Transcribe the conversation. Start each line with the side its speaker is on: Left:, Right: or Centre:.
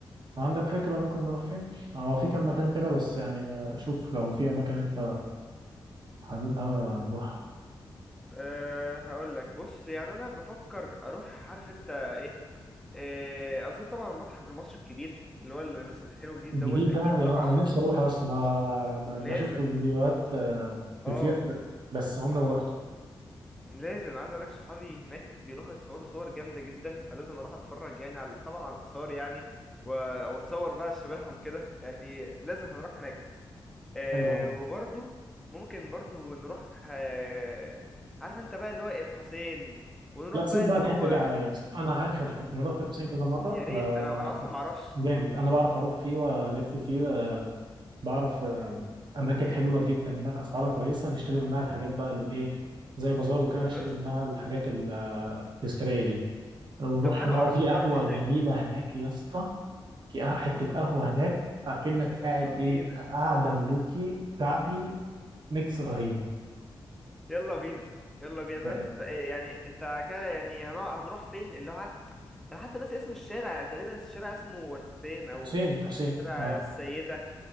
Right: عندك فكرة ممكن نروح فين؟ هو في كام مكان كده بس يعني شوف لو في أماكن أنت حاببها نروح
Centre: أه هقول لك بص يعني انا بفكر اروح عارف انت ايه أه ازور طبعا المتحف المصري الكبير اللي هو اللي لسه فاتحينه جديد
Right: الجديد
Centre: دوت اكيد
Right: ده يعني
Centre: طبعا
Right: أنا نفسي أروح أصلا ما ب-
Centre: لازم
Right: بشوف له فيديوهات آه،
Centre: اه
Right: كتير بس عمري ما رحت
Centre: لازم عايز اقولك صحابي هناك بيروحوا يتصوروا صور جامده جدا فلازم اروح اتفرج يعني على طبعا على الاثار يعني و- واتصور بقى شبههم كده يعني لازم هنروح هناك آه
Right: حلو أوي.
Centre: وبرضو ممكن برضو نروح آه عارف انت بقى اللي هو الحسين ونروح
Right: لا
Centre: بقى
Right: سيب
Centre: اللي
Right: بقى الحته
Centre: هو
Right: دي عليا يا اسطى. انا عارف الح... انا رحت البسين كذا مره
Centre: يا ريت
Right: آه
Centre: انا انا اصلا ما اعرفش
Right: جامد انا بعرف اروح فيه والف فيه آه بعرف آه اماكن حلوه جدا هناك اسعارها كويسه نشتري منها الحاجات بقى الايه زي بازار وكده
Centre: طب
Right: نشتري
Centre: قشطه
Right: منها الحاجات التذكاريه دي ونروح
Centre: طب حلو
Right: نقعد
Centre: عرفني
Right: في قهوه
Centre: تعرف ايه هناك
Right: جميله هناك يا اسطى في قه- حته قهوه هناك اكنك
Centre: يلا
Right: قاعد
Centre: بينا
Right: ايه قاعده ملوكي شعبي ميكس رهيب
Centre: يلا بينا يلا بينا طب
Right: آه،
Centre: انت ت- يعني انت كده يعني هنع- هنروح فين اللي هو عارف انا حتى ناسي اسم الشارع تقريبا الشارع اسمه الحسين او
Right: حسين حسين
Centre: شارع
Right: اه
Centre: السيده